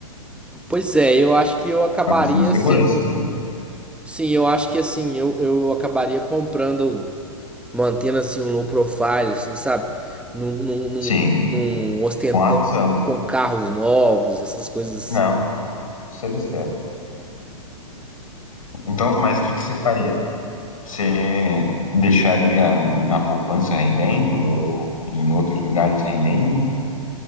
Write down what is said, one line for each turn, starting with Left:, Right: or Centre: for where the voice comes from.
Centre: Pois é, eu acho que eu acabaria
Left: uma questão de segurança
Centre: sendo
Left: mesmo.
Centre: Sim, eu acho que assim, eu, eu acabaria comprando, mantendo assim um low profile, assim, sabe? Não, não, não,
Left: Sim,
Centre: não ostentando
Left: com razão.
Centre: muito com carros novos, essas coisas assim.
Left: Não, isso é besteira. Então, mas o que que você faria? Você deixaria na poupança rendendo ou em outros lugares rendendo?